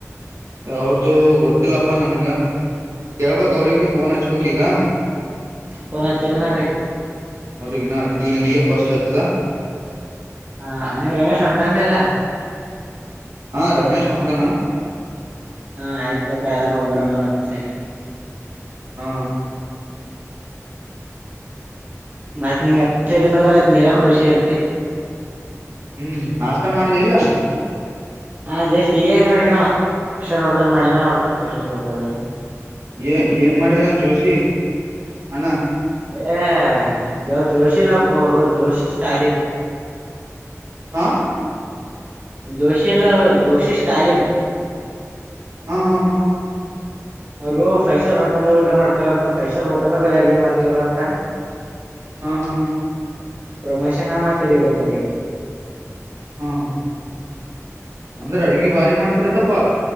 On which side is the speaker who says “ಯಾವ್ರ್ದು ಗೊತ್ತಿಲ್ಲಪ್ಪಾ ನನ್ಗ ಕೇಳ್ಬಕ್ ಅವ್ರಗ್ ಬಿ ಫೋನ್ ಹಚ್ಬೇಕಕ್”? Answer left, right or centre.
Right